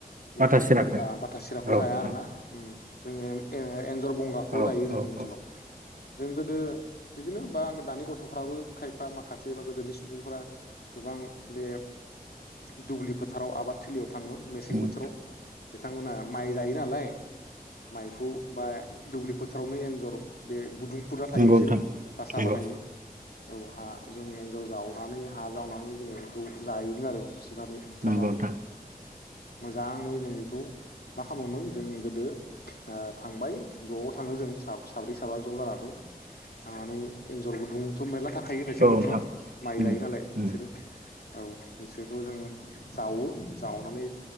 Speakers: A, on the left; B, on the right.
A: बेखौ
B: बाथा सिराखो
A: आ दा बाथा सिराखौ
B: औ
A: जाया
B: नोंथां
A: आरोना। उम जोंङो ए-एनजर बंगाखौल'
B: औ
A: जायो जोंनि
B: औ
A: ओनसोलाव।
B: औ
A: जों गोदो बिदिनो बा आङो दानि गथ' फ्राबो खायफा माखासे बा गोदोनि सुबुंफ्रा गोबां बे दुब्लि फोथाराव आबाद थिलियाव थाङो मेसें
B: उम
A: बोथोराव बिथांमोना माइ जायो नालाय माइखौ बा दुब्लि फोथारावनो एन्जर बे गुदुं खुरना थायो
B: नंगौ
A: इसोरो
B: नोंथां
A: बासा
B: नंगौ
A: बानायो। औ हा जों एन्जर जावनानै हा जावनानै जोङो बेखौ जायोमोन आरो। सुुनानै बुथारनानै।
B: नंगौ नोंथां
A: मोजाङै जों बेखौ मा खामोमोन जोंनि गोदो ओ थांबाय ज' थाङो जों सा‌-साब्रै साबा ज' जानानै थांनानै एन्जर गुदुं थ मेरला था खायो मेसें
B: औ
A: बोथोराव
B: नोंथां
A: माइ
B: उम
A: जायो नालाय
B: उम
A: बिसोरो। औ बिसोरखौ जोङो जावो जावनानै